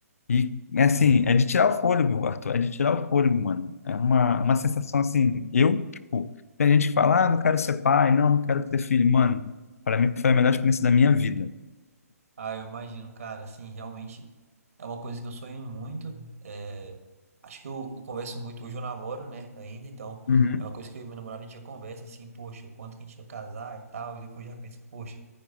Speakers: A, on the left; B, on the right.
A: E, assim, é de tirar o fôlego, Arthur, é de tirar o fôlego, mano. É uma, uma sensação, assim, eu, tipo, tem gente que fala, ah, não quero ser pai, não, não quero ter filho. Mano, para mim foi a melhor experiência da minha vida.
B: Ah, eu imagino, cara, assim, realmente é uma coisa que eu sonho muito. É, acho que eu, eu converso muito, hoje eu namoro, né, ainda, então
A: Uhum.
B: é uma coisa que eu e meu namorado a gente já conversa, assim, poxa, quanto que a gente ia casar e tal, e depois já pensa, poxa,